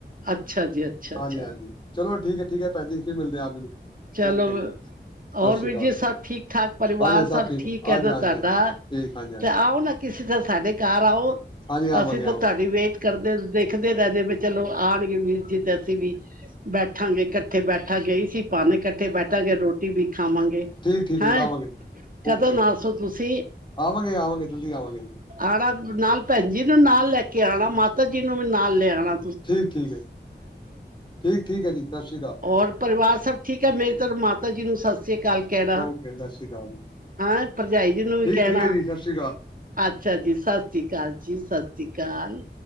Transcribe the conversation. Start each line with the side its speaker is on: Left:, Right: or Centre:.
Right: ਅੱਛਾ ਜੀ ਅੱਛਾ ਅੱਛਾ
Left: ਹਾਂਜੀ ਹਾਂਜੀ। ਚਲੋ ਠੀਕ ਹੈ-ਠੀਕ ਹੈ, ਭੈਣ ਜੀ ਫਿਰ ਮਿਲਦੇ ਆਪ ਜੀ ਨੂੰ,
Right: ਚਲੋ
Left: ਓਕੇ ਜੀ। ਸਤਿ
Right: ਹੋਰ
Left: ਸ਼੍ਰੀ
Right: ਵੀਰ
Left: ਅਕਾਲ
Right: ਜੀ, ਸਭ ਠੀਕ-ਠਾਕ ਪਰਿਵਾਰ
Left: ਹਾਂਜੀ
Right: ਸਭ ਠੀਕ
Left: ਹਾਂਜੀ
Right: ਹੈ ਨਾ
Left: ਹਾਂਜੀ
Right: ਤੁਹਾਡਾ?
Left: ਹਾਂਜੀ ਠੀਕ ਹਾਂਜੀ ਹਾਂਜੀ
Right: ਤੇ ਆਓ ਨਾ ਕਿਸੀ ਦਿਨ ਸਾਡੇ ਘਰ ਆਓ
Left: ਹਾਂਜੀ ਆਵਾਂਗੇ
Right: ਅਸੀਂ ਤਾਂ
Left: ਆਵਾਂ
Right: ਤੁਹਾਡੀ ਵੇਟ ਕਰਦੇ ਦੇਖਦੇ ਰਹਿੰਦੇ ਵੀ ਚਲੋ ਆਣਗੇ ਵੀਰ ਜੀ, ਤੇ ਅਸੀਂ ਵੀ ਬੈਠਾਂਗੇ ਕ ਇਕਟੇ ਬੈਠਾ ਗੇ ਇਸੀ ਬਹਾਨੇ ਇਕੱਠੇ ਬੈਠਾਂਗੇ, ਰੋਟੀ ਵੀ ਖਾਵਾਂਗੇ।
Left: ਤੇ ਠੀਕ ਠੀ਼ਕ
Right: ਹੈਂ
Left: ਹੈ ਜੀ, ਆਵਾਂਗੇ ਜੀ
Right: ਕਦੋਂ
Left: ਓਕੇ
Right: ਨਾਸੋ
Left: ਜੀ,
Right: ਤੁਸੀਂ
Left: ਆਵਾਂਗੇ-ਆਵਾਂਗੇ ਜਲਦੀ ਆਵਾਂਗੇ।
Right: ਆਣਾ ਨਾਲ ਭੈਣ ਜੀ ਨੂੰ ਨਾਲ ਲੈ ਕੇ ਆਣਾ, ਮਾਤਾ ਜੀ ਨੂੰ ਵੀ ਨਾਲ ਲੈ ਆਣਾ।
Left: ਠੀਕ-ਠੀਕ ਹੈ ਜੀ। ਠੀਕ-ਠੀਕ ਹੈ ਜੀ, ਸਤਿ ਸ਼੍ਰੀ ਅਕਾਲ।
Right: ਹੋਰ ਪਰਿਵਾਰ ਸਭ ਠੀਕ ਹੈ? ਮੇਰੇ ਤਰਫ ਮਾਤਾ ਜੀ ਨੂੰ ਸਤਿ ਸ੍ਰੀ ਅਕਾਲ ਕਹਿਣਾ।
Left: ਓਕੇ ਸਤਿ ਸ਼੍ਰੀ ਅਕਾਲ ਜੀ
Right: ਹਾ, ਭਰਜਾਈ ਜੀ ਨੂੰ ਵੀ
Left: ਠੀਕ
Right: ਕਹਿਣਾ।
Left: ਠੀਕ ਹੈ ਜੀ ਸਤਿ ਸ਼੍ਰੀ ਅਕਾਲ
Right: ਅੱਛਾ ਜੀ, ਸਤਿ ਸ਼੍ਰੀ ਅਕਾਲ ਜੀ, ਸਤਿ ਸ਼੍ਰੀ ਅਕਾਲ।